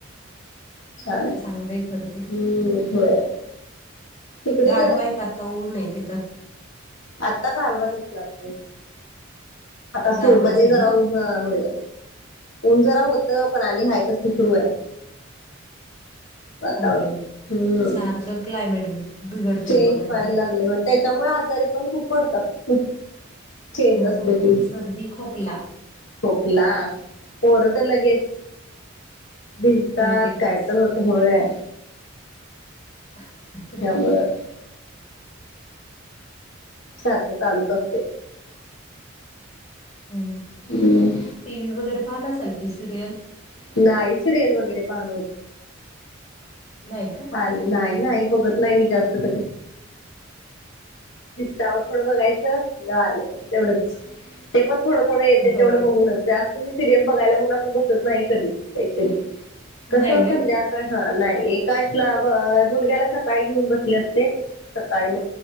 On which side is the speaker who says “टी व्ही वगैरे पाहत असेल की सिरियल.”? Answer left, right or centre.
Left